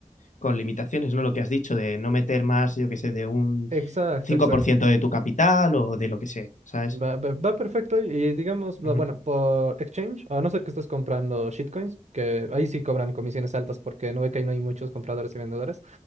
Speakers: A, on the left (about 70°); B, on the right (about 60°).
A: con limitaciones, ¿no? Lo que has dicho de no meter más, yo qué sé, de un
B: Exacto,
A: cinco
B: exacto.
A: por ciento de tu capital o de lo que sea, ¿sabes?
B: Va, va- va perfecto y digamos, bu-
A: Ujú,
B: bueno, por exchange, a no ser que estés comprando shitcoins, que ahí sí cobran comisiones altas porque no ve que ahí no hay muchos compradores y vendedores,